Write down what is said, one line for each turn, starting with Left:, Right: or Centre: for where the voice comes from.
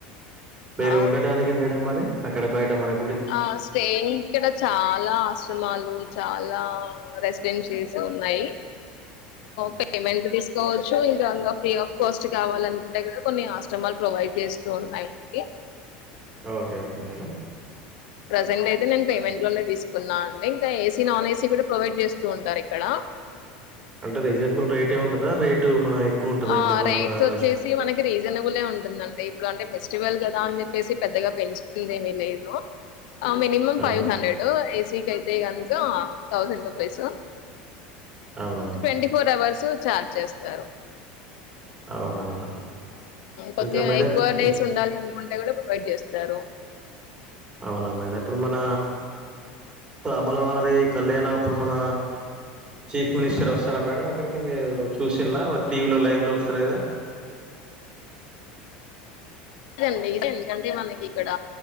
Right: మీరు
Left: ఆ
Right: ఉండడానికి మేడం మరి అక్కడ బయట మనకు
Left: ఆ స్టే ఇక్కడ చాలా ఆశ్రమాలు చాలా రెసిడెన్షి ఉన్నాయి
Right: హ్మ్.
Left: పేమెంట్ వచ్చు ఇంకాంగా ఫ్రీ ఆఫ్ కాస్ట్ కావాలనుకుంటే కూడా కొన్ని ఆశ్రమాలు ప్రొవైడ్ చేస్తూ ఉన్నాయికి
Right: ఓకే ఓకే మేడం
Left: ప్రజెంట్ అయితే నేను పేమెంట్ లోనే తీసుకున్నాను అండి ఇంకా ఏసీ నాన్ ఏసీ కూడా ప్రొవైడ్ చేస్తూ ఉంటారు క్కడ
Right: అంటే రీజనబుల్ రేట్ ఏ ఉంటందా రేటు మనం ఎక్కువ ఉంటదా
Left: ఆ
Right: ఇప్పుడు మన
Left: రేట్స్
Right: ర
Left: వచ్చేసి
Right: రష్
Left: మనకి రీజనబులే ఉంటుందండి ఇప్పుడు అంటే ఫెస్టివల్ కదా అని చెప్పేసి పెద్దగా పెన్సిన్ ఏమీ లేదు మినిమం ఫైవ్
Right: అవునా
Left: హండ్రెడ్ ఏసీ క అయితే ే కక థౌసండ్ రూపీస్
Right: అవునా madam
Left: twenty four hours charge చేస్తారు
Right: అవునవునా మేడం
Left: కొద్దిగా
Right: ఇంకా మేడం
Left: ఎక్కువ డేస్
Right: ఇ
Left: ఉండాలి అనుకుంటు కూడా ప్రొవైడ్ చేస్తారు
Right: అవునా మేడం ఇప్పుడు మన ఇప్పుడు అమలవారి కళ్యాణ ఇప్పుడు మన చీఫ్ మినిస్టర్ ఆఫ్ వస్తారా మేడం అక్కడికి మీరు చూసిలా టీవీలో లైవ్లో వస్తారు కదా
Left: ఇదండి ఇదేండి కంీమాకి ఇక్కడ